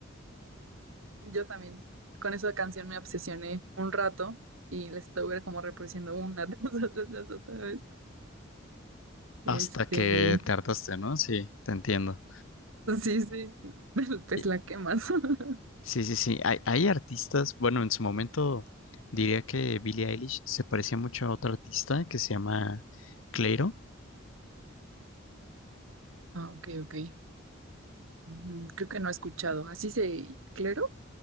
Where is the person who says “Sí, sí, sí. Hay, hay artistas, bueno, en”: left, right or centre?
Left